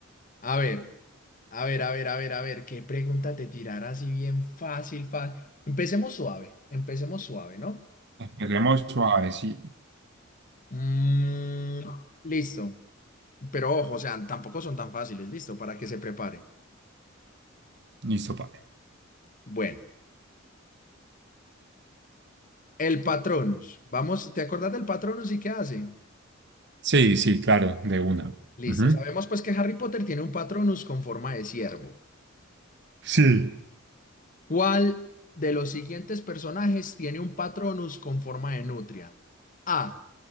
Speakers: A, on the left; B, on the right.
A: a ver. A ver, a ver, a ver, a ver, qué pregunta te tirará así bien fácil, fácil. Empecemos suave, empecemos suave, ¿no?
B: Empecemos suave, sí.
A: Mm, listo. Pero ojo, o sea, tampoco son tan fáciles, listo, para que se preparen.
B: Listo, padre.
A: Bueno, el Patronus. Vamos, ¿te acordás del Patronus y qué hace?
B: Sí, sí, claro, de una.
A: Listo,
B: Ujú.
A: sabemos pues que Harry Potter tiene un Patronus con forma de ciervo.
B: Sí.
A: ¿Cuál de los siguientes personajes tiene un Patronus con forma de nutria? A.